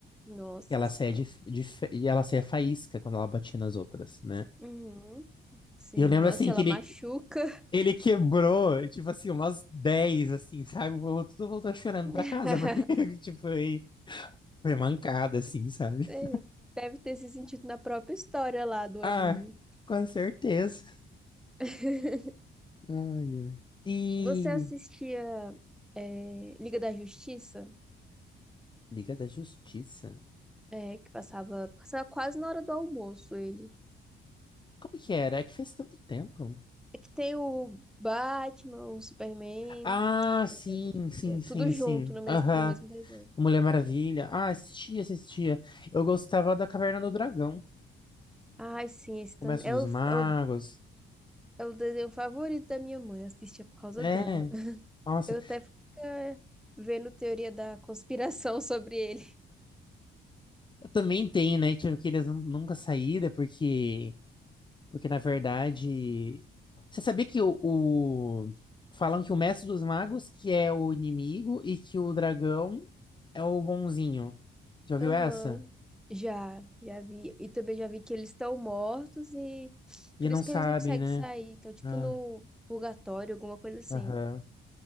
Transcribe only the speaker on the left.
que ela
saia de, de e ela saia faísca quando ela batia nas outras, né?
E eu lembro
assim
que ele
ele quebrou, tipo assim, umas 10 assim, sabe? Eu, tudo voltou chorando
pra casa, porque, <laughs> tipo, foi, foi mancada, assim, sabe?
<laughs>
Ah,
com certeza.
Ai, ai. E
Liga da Justiça.
Como que era? É que faz tanto tempo.
Ah,
sim, sim, sim,
sim.
Aham.
Mulher Maravilha. Ah, assistia, assistia. Eu gostava da Caverna do Dragão.
Comércio
dos
Magos.
É.
Nossa,
também tem, né? Tipo, que eles nun- nunca saíram, porque, porque na verdade. Você sabia que o, o- Falam que o Mestre dos Magos que é o inimigo e que o dragão é o bonzinho. Já viu
essa?
E
não
sabe,
né?
Ah,
aham.